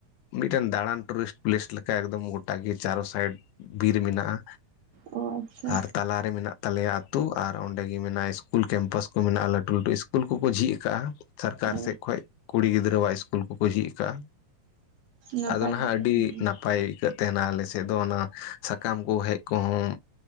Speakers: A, on the left (about 80°); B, on the right (about 65°).
A: ᱢᱤᱫᱴᱟᱱ ᱫᱟᱬᱟᱱ ᱴᱩᱨᱤᱥᱴ ᱯᱞᱮᱥ ᱞᱮᱠᱟ ᱮᱠᱫᱚᱢ ᱜᱚᱴᱟ ᱜᱮ ᱪᱟᱨᱳ ᱥᱟᱭᱤᱰ ᱵᱤᱨ ᱢᱮᱱᱟᱜᱼᱟ,
B: ᱚ ᱟᱪᱪᱷᱟ
A: ᱟᱨ ᱛᱟᱞᱟᱨᱮ ᱢᱮᱱᱟᱜ ᱛᱟᱞᱮᱭᱟ ᱟᱹᱛᱩ ᱟᱨ ᱚᱸᱰᱮ ᱜᱮ ᱢᱮᱱᱟᱜᱼᱟ ᱤᱥᱠᱩᱞ ᱠᱮᱢᱯᱟᱥ ᱠᱚ ᱢᱮᱱᱟᱜᱼᱟ ᱞᱟᱹᱴᱩ ᱞᱟᱹᱴᱩ ᱤᱥ ᱠᱩᱞ ᱠᱚᱠᱚ ᱡᱷᱤᱡ ᱠᱟᱜᱼᱟ ᱥᱟᱨᱠᱟᱨ
B: ᱚ
A: ᱥᱮᱫ ᱠᱷᱚᱡ ᱠᱩᱲᱤ ᱜᱤᱫᱽᱨᱟᱹᱜ ᱥᱠᱩᱞ ᱠᱚᱠᱚ ᱡᱷᱤᱡ ᱠᱟᱜᱼᱟ᱾
B: ᱱᱟᱯᱟᱭ
A: ᱟᱫᱚ ᱱᱟᱸᱦᱟᱜ
B: ᱠᱟᱛᱷᱟ
A: ᱟᱹᱰᱤ
B: ᱠᱟᱱ ᱜᱮᱭᱟ
A: ᱱᱟᱯᱟᱭ ᱠᱟᱹᱜ ᱛᱟᱦᱮᱱᱟ ᱟᱞᱮ ᱥᱮᱫ ᱫᱚ ᱚᱱᱟ ᱥᱟᱠᱟᱢ ᱠᱚ ᱦᱮᱡ ᱠᱚᱦᱚᱸ